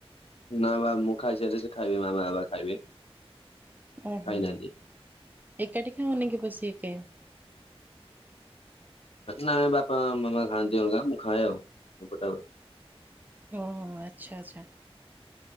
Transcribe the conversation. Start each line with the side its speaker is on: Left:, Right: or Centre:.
Left: ନା ବା ମୁଁ ଖାଇସାରିଲେ ସେ ଖାଇବେ, ମାମା ବାବା ଖାଇବେ।
Right: ଓହୋ।
Left: ଖାଇନାହାନ୍ତି।
Right: ଏକାଠି ଖାଅନି କି ବସିକି କିଏ?
Left: ନାଇଁ ବାପା ମାମା ଖାଆନ୍ତି ଅଲଗା। ମୁଁ ଖାଏ ଆଉ, ଏପଟେ ଆଉ।
Right: ଓହୋ। ଆଚ୍ଛା ଆଚ୍ଛା।